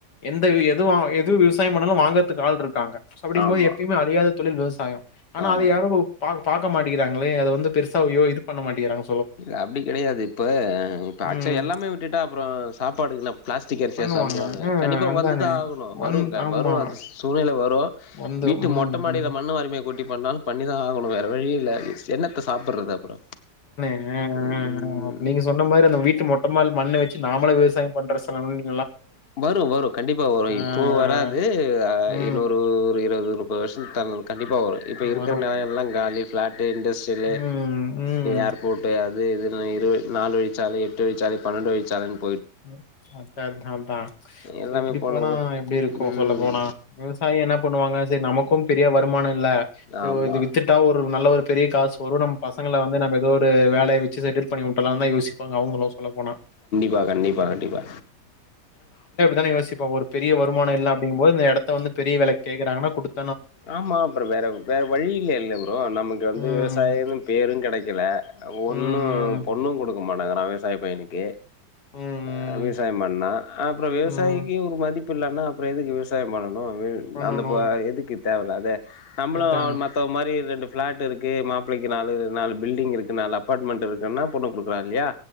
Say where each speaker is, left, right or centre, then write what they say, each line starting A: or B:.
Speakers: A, on the left; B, on the left.
A: எந்த இது எது வாங் எது விவ்சாய்ம் பண்ணாலு வாங்கற்த்துக்கு ஆள்ருக்காங்க. அப்டிங்கும்போது
B: ஆமா
A: எப்யுமே அழியாதத் தொலில் விவசாயம் ஆனா
B: ஆமா
A: அத யாரோ பாக் பாக்க மாட்டிகுறாங்களே அத வந்து பெருசாவையோ இது பண்ண மாட்டிக்குறாங்
B: இல்ல அப்டி கெடையாது இப்ப இப்ப ஆக்ச்சு
A: ம்.
B: எல்லாமே
A: ம்.
B: விட்டுட்டா அப்புறோ சாப்பாடுக்கு என்ன பிளாஸ்டிக் கரிசியா
A: பண்ணுவாங்க.
B: சாப்புடுவாங்க
A: அ
B: கண்டிப்பா
A: அதானே.
B: வந்துதா ஆகணு
A: வந்
B: வரு
A: ஆமா.
B: வரு அது சூழ்நிலை வரு போ
A: வந்துரும்.
B: வீட்டு
A: ம்,
B: மொட்ட மாடில
A: ம்.
B: மண்ண வாரிமே கொட்டி பண்ணாலு பண்ணிதா ஆக னு வேற வழியே இல்ல என்னத்த சாப்பிடறது அப்புறோ
A: ஹே ஹேன் ஹேன்
B: ம்
A: நீங்க சொன்ன மாரி அந்த வீட்டு மொட்ட மாடில மண்ண வெச்சி நாமளே விவசாயம் பண் டிரஸ்ஸெல்லா உண்ணி
B: வரு வரு கண்டிப்பா வரு
A: அ.
B: இப்போ வராதூ ஆ
A: ம்.
B: இன்னொரு ஒரூ இருவது முப்பத் வருஷந் தல்னூ கண்டிப்பா வரு இப்ப இருக்கிற
A: வரும்
B: நெலோயேல்லா காலி ஃபிளாட்டு இண்டஸ்ட்ரியலு
A: ம் ம்
B: ஏர்போட்டு அது இது இதுனா இது நால் வயிச்சாலை எட்டு வயிச்சாலை பன்னண்டு வயிச்சாலைன்னு
A: ம் அதா அதா றான்
B: எல்லாமே
A: சோ இப்டி
B: போனது
A: போனா எப்டிருக்கு
B: ம்
A: சொல்ல போனா விவசாயிக என்ன பண்ணுவாங்க செர் நமக்கு க்கும் பெரிய வருமானோ இல்ல சரி
B: ஆமா
A: ஒரு இது வித்துட்டா ஒரு நல்ல ஒரு பெரிய காசு வரு. நம்ம பசங்கள வந்து நம்ம எதோ ஒரு வேலய வெச்சு செட்டில் பண்ணி இதெல்லாந்தா யோசிப்பாங்க அவங்களு சொல்ல போனா.
B: ப்பா கண்டிப்பா கண்டிப்பா
A: தானே யோசிப்போ. ஒரு பெரிய வருமானம் இல்ல அப்டிங்கும்போது இந்த இடத்தை வந்து பெரிய விலைக்கு கேக்கிறாங்னா குடுத்
B: ஆமா அப்றம் வேற வேற வழி இல்லயில்லைல ப்ரோ. நமக்கு வந்து
A: ம்
B: விவசாயி எதும் பேரும் கெடைக்கல.
A: ம்
B: ஒண்ணும்
A: ம்
B: பொண்ணும் குடுக்க மாட் <unintelligible> விவசாயி பையனுக்கு
A: ம் ம்
B: அஹ விவசாயம் பண்ணான். அப்றம் விவசாயிக்கி
A: ம்
B: ஒரு மதிப் ப்பு இல்லன்ன அப்றம் எதுக்கு விவசாயம் பண்ணனும்? இன்னும் வேல்
A: பண்ணணு
B: அந்த பா எதுக்கு தேவ இல்லாத நம்மளும்
A: அதான
B: அவன் மத்தவ மாரி ரெண்டு பிளாட் இருக்கு. மாப்பிள்ளக்கி நாலு, நாலு பில்டிங் இருக்கு. நாலு அபார்ட்மெண்ட் இருக்குன்னா பொண்ணு குடுக்குரா இல்லையா?